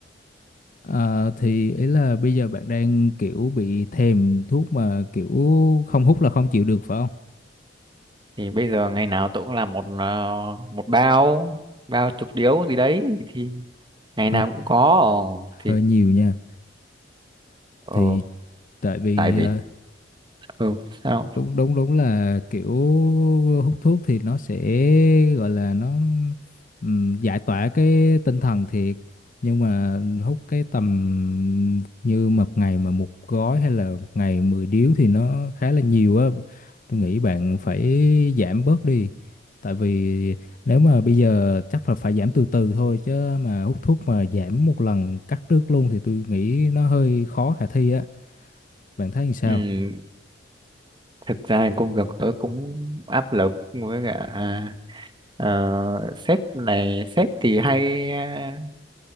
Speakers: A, on the left; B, on the right.
A: Ờ, thì ý là bây giờ bạn đang kiểu bị thèm thuốc mà kiểu không hút là không chịu được phải không?
B: thì bây giờ ngày nào tôi cũng làm một ờ, một bao bao chục điếu gì đấy thì ngày
A: Hơi
B: nào cũng có Ờ, thì
A: hơi nhiều nha.
B: ờ,
A: Thì tại vì
B: tại vì
A: ờ,
B: ừ sao
A: đúng đúng đúng là kiểu hút thuốc thì nó sẽ gọi là nó ừm, giải tỏa cái tinh thần thiệt nhưng mà hút cái tầm như một ngày mà một gói hay là một ngày 10 điếu thì nó khá là nhiều á tôi nghĩ bạn phải giảm bớt đi tại vì nếu mà bây giờ chắc là phải giảm từ từ thôi chứ mà hút thuốc mà giảm một lần cắt đứt luôn thì tôi nghĩ nó hơi khó khả thi á bạn thấy làm sao
B: ừ, thực ra thì công việc tôi cũng áp lực với cả ờ, sếp này sếp thì hay ờ,